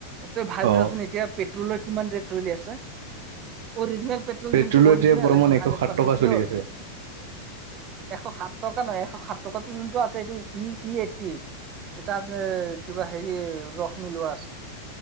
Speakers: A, on the right; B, on the right.
A: তই ভাবি
B: অ
A: ছাচোন। এতিয়া পেট্ৰলৰ কিমান ৰেট চলি আছে। অৰজিনেল পেট্ৰল
B: পেট্ৰলৰ
A: যোনটো অৰিজিনেল
B: এতিয়া বৰ্তমান
A: একদম
B: এশ
A: হাণ্ড্ৰেড
B: সাত
A: পাৰ্চেণ্ট
B: টকা
A: পিয়ৰ
B: চলি আছে।
A: এশ সাত টকা নহয়, এশ সাত টকাটো যোনটো আছে এইটো ই ই এইটি। এটা আছে, কিবা হেৰি ৰস মিলোৱা আছে।